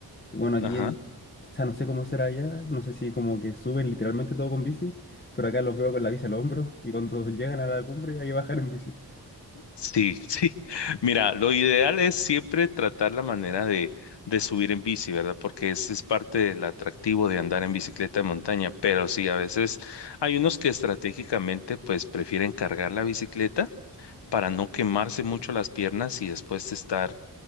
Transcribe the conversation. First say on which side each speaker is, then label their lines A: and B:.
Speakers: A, on the left; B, on the left.
A: Y bueno, aquí
B: Ajá.
A: en, o sea, no sé cómo será allá, no sé si como que suben literalmente todo con bici, pero acá los veo con la bici al hombro <laughs> y cuando llegan a la cumbre hay que bajar en bici.
B: Sí, sí. Mira, lo ideal es siempre tratar la manera de, de subir en bici, ¿verdad? Porque ese es parte del atractivo de andar en bicicleta de montaña. Pero sí, a veces hay unos que estratégicamente pues prefieren cargar la bicicleta para no quemarse mucho las piernas y después estar